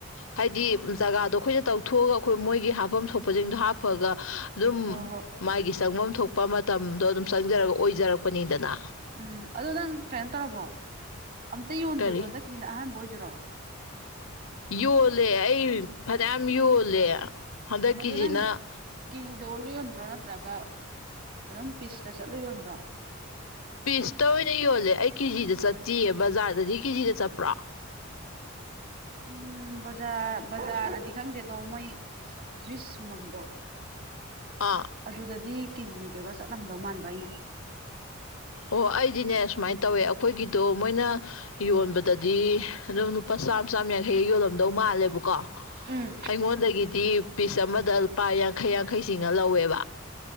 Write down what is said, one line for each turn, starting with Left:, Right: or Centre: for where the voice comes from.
Left: ꯍꯥꯏꯗꯤ ꯖꯒꯥꯗꯣ ꯑꯩꯈꯣꯏꯅ ꯇꯧꯊꯣꯛꯑꯒ ꯑꯩꯈꯣꯏ ꯃꯣꯏꯒꯤ ꯍꯥꯞꯐꯝ ꯊꯣꯛꯄꯁꯤꯡꯗꯣ ꯍꯥꯞꯄꯒ ꯑꯗꯨꯝ
Right: ꯍꯣꯏ ꯍꯣꯏ
Left: ꯃꯥꯒꯤ ꯆꯪꯐꯝ ꯊꯣꯛꯄ ꯃꯇꯝꯗꯣ ꯑꯗꯨꯝ ꯆꯪꯖꯔꯒ ꯑꯣꯏꯖꯔꯛꯄꯅꯤꯗꯅ
Right: ꯎꯝ ꯑꯗꯣ ꯅꯪ ꯀꯩꯅꯣ ꯇꯧꯔꯕꯣ ꯑꯝꯇ ꯌꯣꯟꯗ꯭ꯔꯤꯕꯣ
Left: ꯀꯔꯤ
Right: ꯍꯟꯗꯛꯀꯤꯁꯤꯅ ꯑꯍꯥꯟꯕ ꯑꯣꯏꯗꯣꯏꯔꯣ
Left: ꯌꯣꯜꯂꯦ ꯑꯩ ꯐꯅꯌꯥꯝ ꯌꯣꯜꯂꯦ ꯍꯟꯗꯛꯀꯤꯁꯤꯅ
Right: ꯑꯗꯣ ꯅꯪ ꯀꯦꯖꯤꯗ ꯑꯣꯜꯂ ꯌꯣꯟꯕ꯭ꯔꯣ ꯅꯠꯇ꯭ꯔꯒ ꯑꯗꯨꯝ ꯄꯤꯁꯇ ꯆꯠꯂ ꯌꯣꯟꯕ꯭ꯔꯣ
Left: ꯄꯤꯁꯇ ꯑꯣꯏꯅ ꯌꯣꯜꯂꯦ ꯑꯩ ꯀꯦꯖꯤꯗ ꯆꯠꯇꯤꯌꯦ ꯕꯖꯥꯔꯗꯗꯤ ꯀꯦꯖꯤꯗ ꯆꯠꯄ꯭ꯔꯣ
Right: ꯎꯝ ꯕꯖꯥꯔ ꯕꯖꯥꯔꯗꯗꯤ ꯈꯪꯗꯦꯗꯣ ꯃꯣꯏ ꯖꯨꯏꯁ ꯁꯨꯝꯕꯝꯗꯣ
Left: ꯑꯥ
Right: ꯑꯗꯨꯗꯗꯤ ꯀꯦꯖꯤꯗꯒ ꯆꯠꯂꯝꯗꯧ ꯃꯥꯟꯕ ꯑꯩꯅ
Left: ꯑꯣ ꯑꯩꯗꯤꯅꯦ ꯁꯨꯃꯥꯏ ꯇꯧꯋꯦ ꯑꯈꯣꯏꯒꯤꯗꯣ ꯃꯣꯏꯅ ꯌꯣꯟꯕꯗꯗꯤ ꯑꯗꯨꯝ ꯂꯨꯄꯥ ꯆꯥꯝ ꯆꯥꯝꯌꯥꯡꯈꯩꯒꯤ ꯌꯣꯜꯂꯝꯗꯧ ꯃꯥꯜꯂꯦꯕꯀꯣ
Right: ꯎꯝ
Left: ꯑꯩꯉꯣꯟꯗꯒꯤꯗꯤ ꯄꯤꯁ ꯑꯃꯗ ꯂꯨꯄꯥ ꯌꯥꯡꯈꯩ ꯌꯥꯡꯈꯩ ꯆꯤꯉꯥ ꯂꯧꯋꯦꯕ